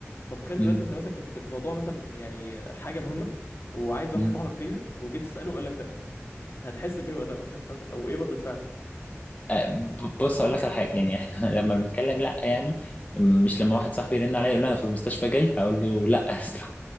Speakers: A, on the left; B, on the left.
A: طب تخيل
B: م-
A: دلوقتي انت مثلا كنت في موضوع مثلا يعني حاجه مهمه وعايز واحد
B: م-
A: صاحبك فيها وجيت تساله وقال لك لا هتحس بايه وقتها مثلا فاهم او ايه ردة فعلك
B: آه، ب- بص هقول لك على حاجه يعني احنا <laughs> لما بنتكلم لا يعني مش لما واحد صاحبي يرن عليا يقول لي انا في المستشفى جاي هقول له لا <laughs> يا اسطى